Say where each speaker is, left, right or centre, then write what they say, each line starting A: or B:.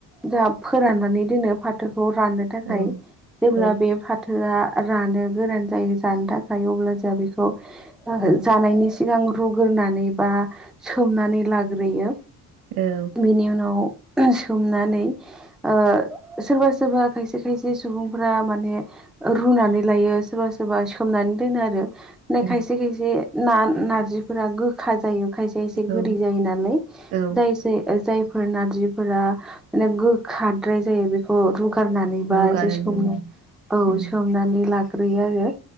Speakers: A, in the centre; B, on the right (about 70°).
A: जाहा फोराननानै दोनो फाथो खौ राननो थाखाय
B: औ
A: जेब्ला
B: औ
A: बे फाथोआ। रानो गोरान जायो जानो थाखाय अब्ला जोंहा बेखौ। जानायनि सिगां रुग्रोनानै बा सोमनानै लाग्रोयो।
B: औ
A: बेनि उनाव। सोमनानै ओ सोरबा सोरबा खायसे खायसे सुबुंफोरा माने। रुनानै लायो सोरबा सोरबा सोमनानै दोनो आरो ना
B: उम
A: खायसे। बे ना-नारजिफोरा गोखा जायो खायसे। एसे
B: औ
A: गोदै जायो नालाय
B: औ
A: जाय ओ जाय फोर नारजिफोरा माने गोखाद्राय जायो बेखौ रुख रुगारनानैबा
B: रुगारो
A: एसे सोमनो
B: जों
A: औ
B: उम
A: सोमनानै लाग्रोयो आरो।